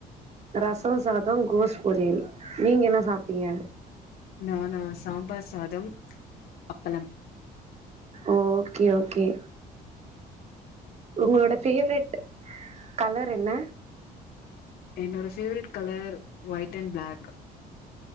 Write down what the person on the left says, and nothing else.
நானா சாம்பார் சாதம் அப்பளம்
என்னோட favourite colour white and black